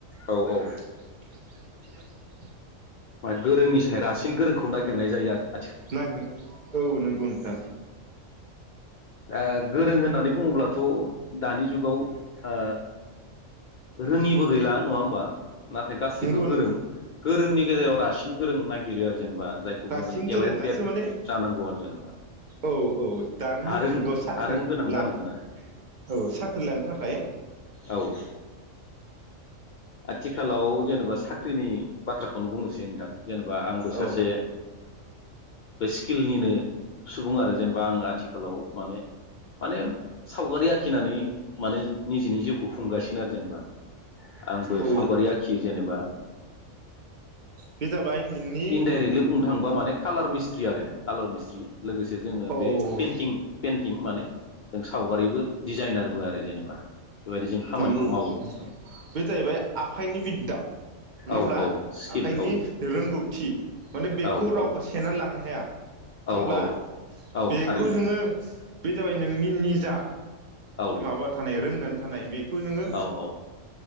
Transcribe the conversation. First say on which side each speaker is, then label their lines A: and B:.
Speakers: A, on the left (about 80°); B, on the right (about 50°).
A: औ औ
B: <inaudible>
A: मा गोरोंनिफ्राय गोरोंसिननि सायाव रासिन गोरोंखौ नागिरनाय जायो आरो
B: नागिरो औ नंगौ नोंथां।
A: दा गोरों होननानै बुङोब्लाथ' दानि जुगाव ओ रोङिबो गैला नङा होमबा नाथाय गासिबो
B: नंगौ
A: गोरों
B: नंगौ
A: गो जोंनि गेजेराव रासिन गोरों नागिरो आरो जेनेबा जायखौबो
B: रासिन
A: जों टेलेन्टेड
B: गोरोङासो माने
A: जानांगौ आरो जेनेबा
B: औ औ दानि
A: हारों
B: जुगाव साख्रि
A: हारों गोनां
B: लानो
A: जानांगोन आरो
B: औ साख्रि लानो थाखाय
A: औ आथिखालाव जेनेबा साख्रिनि बाथ्राखौ बेखौनो बुंनोसै नोंथां जेनेबा आंबो सासे
B: औ
A: बे स्किलनिनो सुबुं आरो जेनेबा आं आथिखालाव माने माने सावगारि आखि आखिनानै माने निजेनि जिउखौ खुंगासिनो आरो जेनेबा आंबो
B: औ
A: सावगारि आखियो जेनेबा
B: बे जाबाय नोंनि
A: इनडाइरेक्टलि बुंनो थांबा माने कालार मिस्टे मिस्थ्रि आरो कालार मिस्ट्रि। लोगोसे जोङो
B: औ
A: बे पेन्टिं पेइन्टिं माने जों सावगारिबो डिजाइनारबो आरो जेनेबा। बेबायदि जों खामानिखौ
B: नंगौ
A: मावो
B: नोंथां बे जाहैबाय आखाइनि बिद्दा नङा होमब्ला
A: औ औ स्किल
B: आखाइनि
A: औ
B: रोंगौथि माने बेखौ
A: औ
B: रावबो
A: औ
B: सोना लांनो हाया।
A: औ
B: होमब्ला
A: औ औ
B: बेखौ
A: थारैनो
B: जोङो बे जाबाय नोंनि निजा
A: औ
B: माबा नोंथां रोंनानै थानाय बे खौ नोङो
A: औ औ